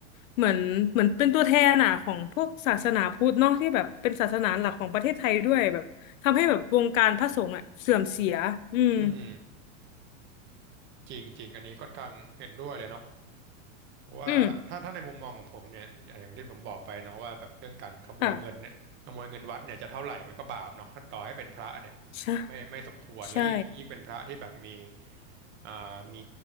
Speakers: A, on the left; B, on the right.
A: เหมือนเหมือนเป็นตัวแทนอ่ะของพวกศาสนาพุทธเนอะที่แบบเป็นศาสนาหลักของประเทศไทยด้วยแบบทำให้แบบวงการพระสงฆ์อ่ะเสื่อมเสียอืม
B: อืมจริงจริงอันนี้ค่อนข้างเห็นด้วยเลยเนาะ เพราะว่าถ้าถ้าในมุมมองของผมเนี่ยอย่างอย่างที่ผมบอกไปเนาะว่าแบบเรื่องการขโมยเงินเนี่ยขโมยเงินวัดเนี่ยจะเท่าไหร่มันก็บาปเนาะต่อให้เป็นพระเนี่ยก็ไม่ไม่สมควรและยิ่งยิ่งเป็นพระที่แบบมี
A: อืมค่ะใช่ใช่
B: อ่ามี